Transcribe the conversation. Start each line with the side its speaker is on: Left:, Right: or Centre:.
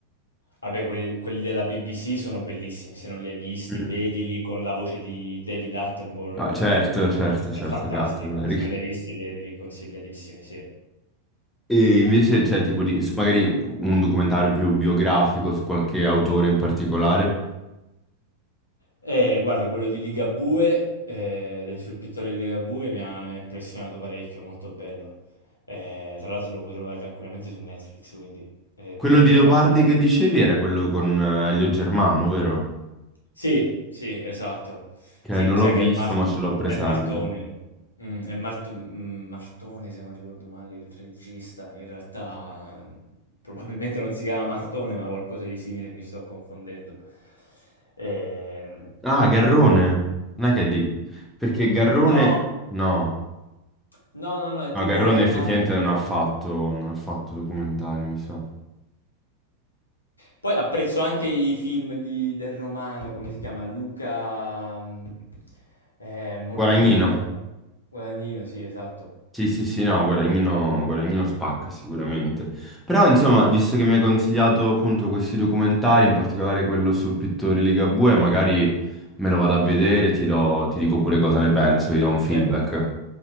Left: Vabbè, quelli, quelli della BBC sono bellissimi, se non li hai visti,
Centre: Mhm.
Left: vedili con la voce di David Attenborough,
Centre: Ah,
Left: che
Centre: certo, certo, certo,
Left: è fantastica.
Centre: di Attenberg.
Left: Se non li hai visti, vedili, consigliatissimi, sì.
Centre: E invece c'è tipo di, su- magari un documentario più biografico su qualche autore in particolare.
Left: E guarda, quello di Ligabue, eh, del- sul pittore di Ligabue, mi ha, mi ha impressionato parecchio, molto bello. Eh, tra l'altro lo puoi trovare tranquillamente su Netflix, quindi è
Centre: Quello
Left: pure
Centre: di
Left: di
Centre: Leopardi
Left: facile...
Centre: che dicevi era quello con eh, Elio Germano, vero?
Left: Sì, sì, esatto.
Centre: Che
Left: Sì,
Centre: non
Left: mi
Centre: l'ho
Left: sa
Centre: visto
Left: che è Mart
Centre: ma ce l'ho presente.
Left: è Martone. Mh, è Mart mhmm, Martone se non ricordo male il regista. In realtà, mhmm, probabilmente non si chiama Martone, ma qualcosa di simile e mi sto confondendo. Ehm,
Centre: Ah, Garrone. Non è che è di... Perché Garrone...
Left: no,
Centre: No.
Left: no, no, no, è
Centre: No,
Left: tipo
Centre: Garrone
Left: Mar
Centre: effettivamente non ha fatto, non ha fatto documentari, mi sa.
Left: poi apprezzo anche i film di del romano, come si chiama? Luca, mhmm, ehm, molto
Centre: Guadagnino.
Left: famoso. Guadagnino, sì, esatto.
Centre: Sì, sì, sì, no, Guadagnino, Guadagnino spacca sicuramente. Però, insomma, visto che mi hai consigliato appunto questi documentari, in particolare quello sul pittore Ligabue, magari me lo vado a vedere e ti do- ti dico pure cosa ne penso, ti do un feedback.
Left: Certo,